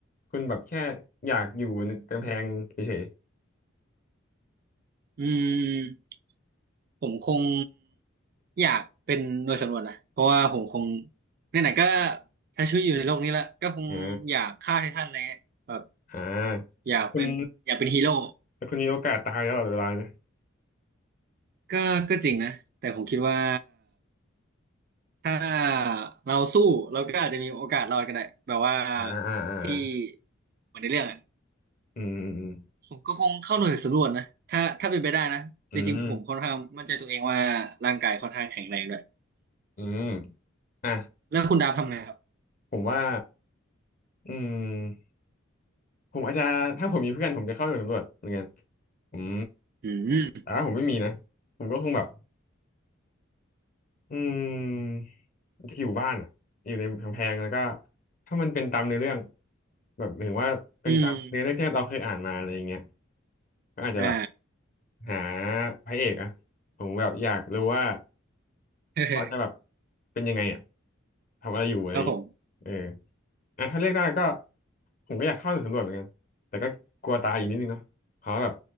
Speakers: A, on the left; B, on the right.
A: คุณแบบแค่อยากอยู่ในกำแพงเฉย
B: อืมผมคงอยากเป็นหน่วยสำรวจนะเพราะว่าผมคงไหนๆก็ใช้ชีวิตอยู่ในโลกนี้ละก็คงอยากฆ่าไททันอะไรเงี้ยแบบ
A: ๆอ่าอ่า
B: อยากเป็นอยากเป็นฮีโร่
A: แต่คุณแต่คุณมีโอกาสตายตลอดเวลานะ
B: ก็ก็จริงนะแต่ผมคิดว่า ถ้าเราสู้เราก็อาจจะมีโอกาสรอดก็ได้แบบว่า
A: อ่าอ่าอ่าอ่า
B: ที่เหมือนในเรื่องอะ
A: อืม
B: ผมก็คงเข้าหน่วยสำรวจนะถ้าถ้าเป็นไปได้นะแต่จริงๆผมค่อนข้างมั่นใจตัวเองว่าร่างกายค่อนข้างแข็งแรงด้วย
A: อืมอืมอืมอืมอ่ะ
B: แล้วคุณดาวทำไงครับ
A: ผมว่า อืมผมอาจจะถ้าผมมีเพื่อนผมจะเข้าหน่วยสำรวจเหมือนกันผม
B: อืม
A: แต่ว่าผมไม่มีนะผมก็คงแบบอืมอยู่บ้านอะอยู่ในกำแพงแล้วก็ถ้ามันเป็นตามในอเรื่องแบบหมายถึงว่าเป็นตามเนื้อเรื่องที่เราเคยอ่านมาอะไรอย่างเงี้ย
B: อืม
A: ก็อาจจะแบบ
B: อ่า
A: หาพระเอกอะผมแบบอยากรู้ว่า
B: <laughs>
A: เขาจะแบบเป็นยังไงอ่ะทำอะไรอยู่อะไรอย่างเงี้ยเออ
B: ครับผม
A: อ่ะถ้าเรียกได้ก็ผมก็อยากเข้าหน่วยสำรวจเหมือนกันแต่ก็กลัวตายอยู่นิดนึงเนาะเพราะว่าแบบ